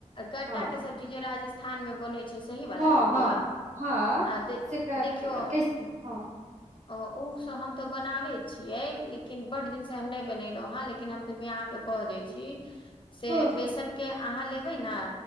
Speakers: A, on the left; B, on the right.
A: गट्टा
B: हँ
A: के सब्जी राजस्थान मे बनै सही वाला
B: हँ
A: ने बौआ
B: हँ हँ
A: आ देख
B: सेकरा
A: देखियौ
B: के- कैसे हाँ
A: अ उ सब हम तऽ बनाबै छियै लेकिन बड दिन से हम नय बनेलहुं हेँ लेकिन किन हम फिर भी अहाँके कह दै छी से
B: हँ
A: बेसनके अहाँ लेबै न